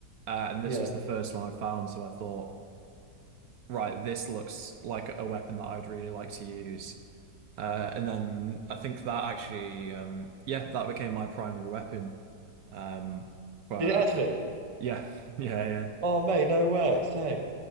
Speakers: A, on the right; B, on the right.
A: uh, and
B: Yeah,
A: this was the first one I found, so I thought. right, this looks like a weapon that I'd really like to use. Uh, and then I think that actually, um, yeah, that became my primary weapon. Um, but
B: did it actually?
A: yeah, <laughs> yeah, yeah,
B: Oh mate, no way. Same.